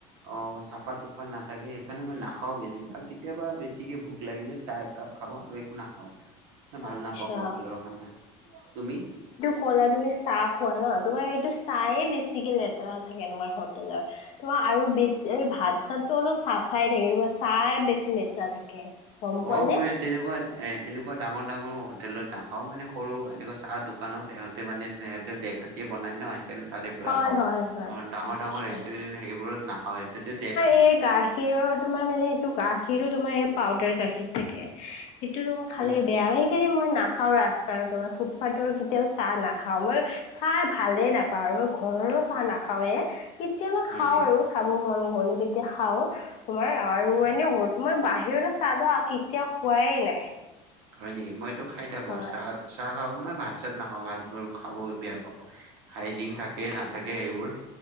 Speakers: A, on the right; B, on the left.
A: অ', চাফা-তুফা নাথাকে। সেইকাৰণে মই নাখাও, বেছিভাগ কেতিয়াবা বেছিকে ভোক লাগিলে চাহ এক কাপ খাও আৰু একো নাখাও। ভাল
B: আচ্ছা।
A: নাপাওঁ হোটেলৰ খানা। তুমি?
B: কলা তুমি চাহ খোৱা ন? তোমাৰ এইটো চাহেই বেছিকে লেতেৰা থাকে তোমাৰ হোটেলত। তোমাৰ আৰু বেছি ভাত-চাতো অলপ চাফাই থাকে। তোমাৰ চাহেই বেছি লেতেৰা থাকে। গম পোৱা
A: অ',
B: নে?
A: মই এট তেনেকুৱাত এ, এনেকুৱা ডাঙৰ-ডাঙৰ হোটেলত নাখাওঁ, মানে সৰু এনেকুৱা চাহ দোকানত সিহঁতে মানে সেহঁতে দেখাকে বনাই <unintelligible> সেইকাৰণে তাতে বহ পুৰা
B: হয়
A: খাওঁ আৰু
B: হয় হয়।
A: ডাঙৰ-ডাঙৰ
B: আচ্ছা।
A: ৰেষ্টুৰেণ্ট এনেকে সেইবোৰত নাখাওঁ। সেইটোতো দেখা
B: সেই গা খীৰৰ তোমাৰ মানে এইটো গাখীৰো তোমাৰ এই পাউদাৰ গাখীৰ থাকে। সেইটো <unintelligible> খালে
A: উম
B: বেয়াৱেই। সেইকাৰণে মই নাখাওঁ ৰাস্তাৰ তোমাৰ ফুটপাথৰ কেতিয়াও চাহ নাখাও মই খাই ভালে নাপাওঁ আৰু মই ঘৰৰো চাহ নাখাওৱে কেতিয়াবা
A: হয়
B: খাওঁ
A: নেকি
B: আৰু খাব মন গ'লে তেতিয়া খাওঁ। তোমাৰ আৰু
A: অ
B: এনেই হোট মই বাহিৰৰো চাহ- দাহ কেতিয়াও খোৱাই নাই।
A: হয় নেকি, মইতো খায় থাকো
B: হয়।
A: চাহ-চাহ খাওঁ মই ভাত-চাত নাখাওঁ ভাতবোৰ খাব বেয়া পাওঁ। হাইজিং থাকে নাথাকে এইবোৰ